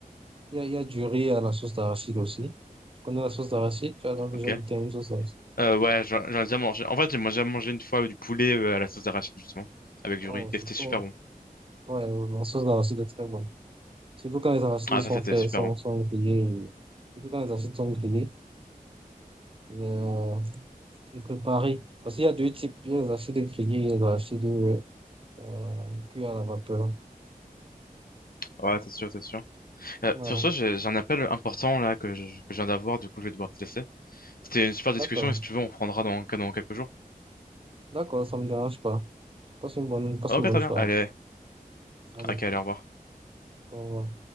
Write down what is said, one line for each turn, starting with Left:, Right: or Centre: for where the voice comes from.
Right: il y a, il y a du riz à la sauce d'arachide aussi. Tu connais la sauce d'arachide? Tu as donc déjà
Left: Ok.
Right: goûté à une sauce d'arachide?
Left: Euh, ouais, j'en j'en ai déjà mangé. En fait, j'ai- moi, j'ai déjà mangé une fois du poulet euh, à la sauce d'arachide, justement, avec du
Right: Oh,
Left: riz.
Right: c'est
Left: Et c'était super
Right: cool.
Left: bon.
Right: Ouais, la sauce d'arachide est très bonne. Surtout quand les arachides
Left: Ah,
Right: sont
Left: ça, c'était
Right: faits,
Left: super
Right: sont,
Left: bon.
Right: sont grillés. Surtout quand les arachides sont grillés et, euh, et préparés. Parce qu'il y a deux types. Il y a les arachides grillés et les arachides euh, cuits à la vapeur.
Left: Ouais, c'est sûr, c'est sûr. Euh,
Right: Ouais,
Left: sur ce, j'ai j'ai un appel important, là, que je, que je viens d'avoir. Du coup, je vais devoir te laisser. C'était une super discussion
Right: d'accord.
Left: et si tu veux, on prendra dans, dans quelques jours.
Right: D'accord, ça me dérange pas. Passe une bonne, passe
Left: Ok,
Right: une bonne
Left: très bien.
Right: soirée.
Left: Allez,
Right: Allez,
Left: ok, allez, au revoir.
Right: au